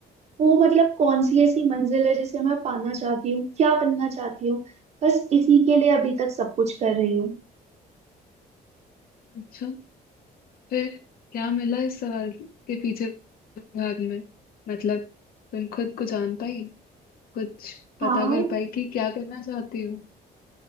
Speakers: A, on the right (about 40°); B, on the left (about 60°).
A: वो मतलब कौन सी ऐसी मंजिल है जिसे मैं पाना चाहती हूँ क्या बनना चाहती हूँ बस इसी के लिए अभी तक सब कुछ कर रही हूँ
B: अच्छा फिर क्या मिला इस सवाल के पीछे भाग में मतलब तुम खुद को जान पाई कुछ
A: हाँ
B: पता कर पाई कि क्या करना चाहती हो